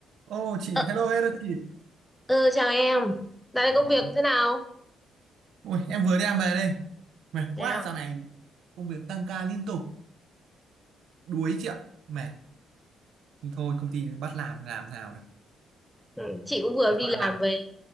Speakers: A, on the right; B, in the centre.
A: Ô chị,
B: Ờ,
A: hello hello chị.
B: ừ, chào em. Dạo này công
A: À,
B: việc thế nào?
A: Ôi, em vừa đi làm về đây. Mệt
B: Dạ,
A: quá dạo này công việc tăng ca liên tục, đuối chị ạ. Mệt. Nhưng thôi công ty bắt làm làm nào được.
B: Ừ, chị cũng vừa
A: Toàn
B: đi
A: toàn
B: làm
A: làm.
B: về.